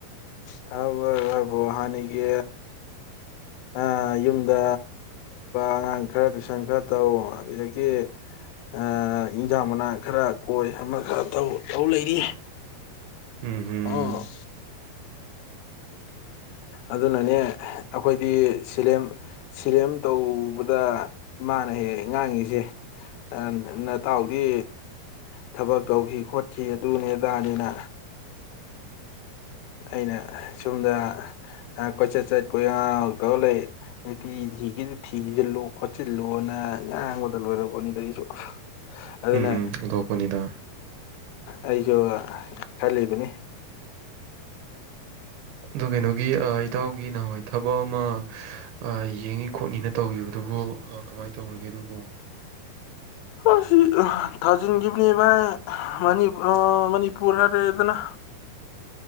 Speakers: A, on the left (about 85°); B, on the right (about 80°).
A: ꯊꯕꯛ ꯑꯕꯨ ꯍꯥꯟꯅꯒꯤ ꯑ ꯌꯨꯝꯗ ꯑꯉꯥꯡ ꯈꯔ ꯇꯨꯏꯁꯟ ꯁ ꯈꯔ ꯇꯧ ꯑꯗꯨꯗꯒꯤ ꯑ ꯏꯟꯖꯥꯡ ꯃꯅꯥ ꯈꯔ ꯀꯣꯏ ꯑꯃ ꯈꯔ ꯇꯧ ꯇꯧ ꯂꯩꯔꯤ
B: ꯎ ꯍꯝ
A: ꯑꯣ ꯑꯗꯨꯅꯅꯦ ꯑꯈꯣꯏꯗꯤ ꯁꯤꯂꯦꯝ ꯁꯤꯂꯦꯝ ꯇꯧꯕꯗ ꯏꯃꯥꯅ ꯍꯦꯛ ꯍꯦꯛ ꯉꯥꯛꯉꯤꯁꯦ ꯑ ꯅꯇꯥꯎꯗꯤ ꯊꯕꯛ ꯇꯧꯒꯤ ꯈꯣꯠꯈꯤ ꯑꯗꯨꯅꯤ ꯑꯗꯥꯅꯤꯅ ꯑꯩꯅ ꯁꯣꯝꯗ ꯀꯣꯏꯆꯠ ꯆꯠ ꯀꯣꯏꯉꯧ ꯉꯧꯇꯧꯂꯩ ꯅꯨꯄꯤ ꯊꯤꯒꯦꯁꯨ ꯊꯤꯖꯤꯜꯂꯨ ꯍꯣꯠꯆꯤꯜꯂꯣꯅ ꯉꯥꯡꯕꯗ ꯂꯣꯏꯔꯕꯅꯤ ꯑꯩꯁꯨ ꯑꯗꯨꯅ
B: ꯎꯝ ꯎꯝ ꯃꯤꯈꯣꯠꯄꯅꯤꯗ
A: ꯑꯩꯁꯨꯕ ꯈꯜꯂꯤꯕꯅꯤ
B: ꯑꯗꯨ ꯀꯩꯅꯣꯒꯤ ꯏꯇꯥꯎꯒꯤ ꯅꯍꯥꯋꯥ ꯊꯕꯛ ꯑꯃ ꯍ ꯑ ꯌꯦꯡꯅꯤ ꯈꯣꯠꯅꯤꯅ ꯇꯧꯒꯤꯕꯗꯨꯕꯨ ꯀꯃꯥꯏ ꯇꯧꯒ꯭ꯔꯦ ꯑꯗꯨꯕꯨ
A: ꯍꯥꯁꯤ ꯑ ꯊꯥꯖꯤꯟꯒꯤꯞꯅꯦꯕ ꯃꯅꯤꯄꯨ ꯃꯅꯤꯄꯨꯔꯍꯥꯏꯔꯦꯗꯅ